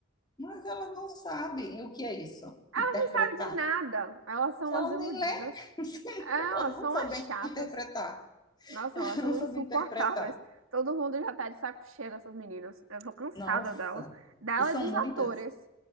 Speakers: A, on the left (about 20°); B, on the right (about 85°).
A: mas ela não sabe o que é isso,
B: Elas
A: interpretar.
B: não sabem de nada, elas são
A: Se ela
B: as iludidas,
A: nem lê, <laughs> sim,
B: elas
A: porque ela não
B: são
A: sabe
B: as chatas.
A: interpretar, <laughs>
B: Nossa, elas são
A: não sabe
B: insuportáveis.
A: interpretar.
B: Todo mundo já tá de saco cheio dessas meninas. Eu tô cansada
A: Nossa,
B: delas. Dela
A: e são
B: e dos
A: muitas.
B: atores.